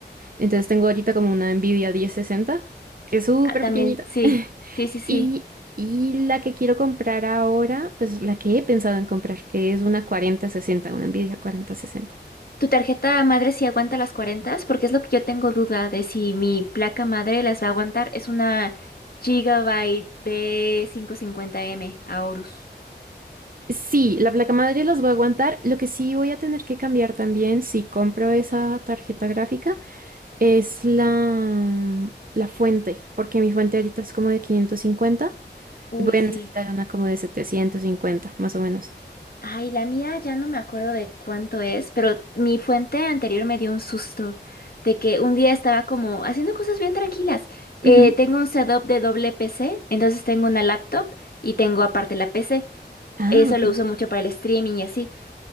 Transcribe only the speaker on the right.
Entonces tengo ahorita como una Nvidia 1060, que es súper
pequeñita.
<laughs>
Y, y la que quiero comprar ahora, pues la que he pensado en comprar, es una 4060, una Nvidia 4060.
Sí, la placa madre los voy a aguantar. Lo que sí voy a tener que cambiar también, si compro esa tarjeta gráfica, es la, la fuente, porque mi fuente ahorita es como de 550
y voy
a necesitar una como de 750, más o menos.
Ujú.
Ah,
ok.